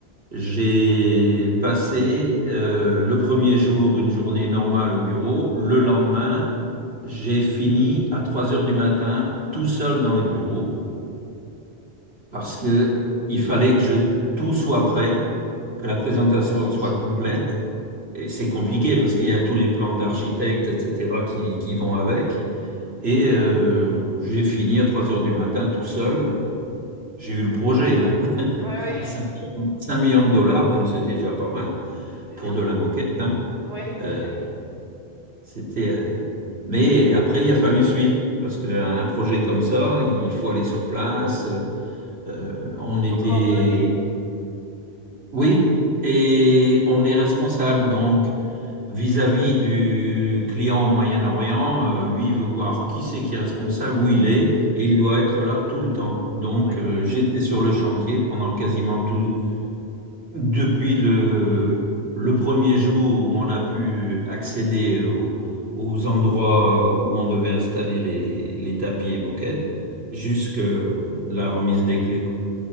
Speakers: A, on the right (about 70°); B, on the left (about 45°).
A: j'ai passé euh, le premier jour une journée normale au bureau. Le lendemain, j'ai fini à 3 heures du matin tout seul dans les bureaux parce que il fallait que je- tout soit prêt, que la présentation
B: pour la soumission.
A: soit complète
B: Oui,
A: Et c'est compliqué parce qu'il y a tous les plans d'architectes, etc., qui, qui vont avec. Et euh, j'ai fini à 3 heures du matin tout seul. Euh, J'ai eu le projet, hein. <laughs>
B: oui,
A: 5, millions de dollars, donc c'était déjà pas mal
B: <laughs> c'était
A: pour
B: bien.
A: de la moquette, hein.
B: Oui,
A: Euh,
B: il
A: c'était, euh, Mais après, il a fallu suivre parce qu'un projet comme ça, il faut aller sur place. Euh, euh, on était.
B: faut coordonner.
A: Oui, et on est responsable. Donc, Vis-à-vis du client au Moyen-Orient, euh, lui, il veut voir qui c'est qui est responsable, où il est, et il doit être là tout le temps. Donc,
B: Oui,
A: euh,
B: oui.
A: j'étais sur le chantier pendant quasiment tout, depuis le, le premier jour où on a pu accéder au- aux endroits où on devait installer les, les tapis et moquettes, jusqu'à
B: Mm-hmm.
A: la remise des clés, quoi.